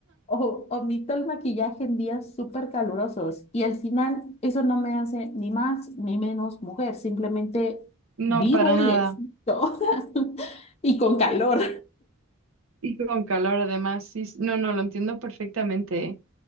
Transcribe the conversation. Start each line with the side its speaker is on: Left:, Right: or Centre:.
Left: O omito el maquillaje en días súper calurosos y al final eso no me hace ni más ni menos mujer, simplemente
Right: no,
Left: vivo
Right: para nada.
Left: y existo <laughs> y con calor.
Right: Y con calor además, sí, sí. no, no, lo entiendo perfectamente, ¿eh?